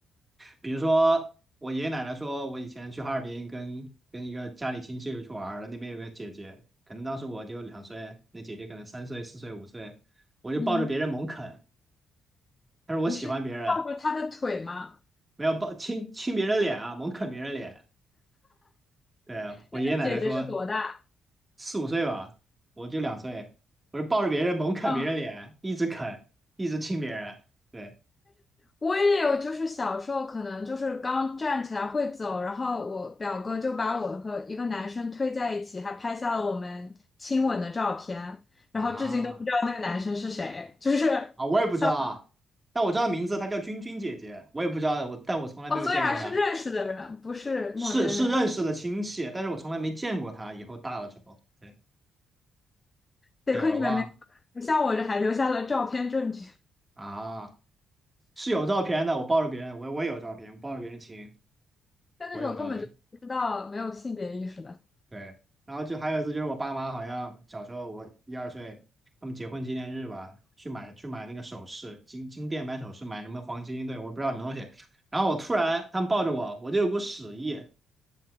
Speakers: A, on the right; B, on the left.
A: 比如说我爷爷奶奶说，我以前去哈尔滨跟跟一个家里亲戚去玩儿了，那边有个姐姐，可能当时我就两岁，那姐姐可能三岁、四岁、五岁，我就抱着别人猛啃，
B: 嗯，
A: 她说我喜欢别人，
B: 你是抱住他的腿吗？
A: 没有抱亲亲别人脸啊，猛啃别人脸。对，
B: 那个姐姐是多大？
A: 我爷爷奶奶说四五岁吧，我就两岁，我就抱着别人猛啃别人脸，
B: 嗯，
A: 一直啃，一直亲别人。对
B: 我也有，就是小时候可能就是刚站起来会走，然后我表哥就把我和一个男生推在一起，还拍下了我们亲吻的照片，然后至今都不知道那个男生是谁，
A: 啊。
B: 就是像
A: 啊，我也不知道啊但我知道名字，她叫君君姐姐，我也不知道，我但我从来没有见过她，
B: 哦，所以还是认识的人，不是陌生人。
A: 是是认识的亲戚，但是我从来没见过她。以后大了之后，对
B: 得亏你们没
A: 对，我又忘了
B: 有，像我这还留下了照片证据，
A: 啊，是有照片的，我抱着别人，我我也有照片，我抱着别人亲，
B: 但那时候根本就不知道，
A: 我也有照片，
B: 没有性别意识的，
A: 对。然后就还有一次就是我爸妈好像小时候我一二岁，他们结婚纪念日吧，去买去买那个首饰，金金店买首饰，买什么黄金，对，我不知道什么东西。然后我突然他们抱着我，我就有股屎意。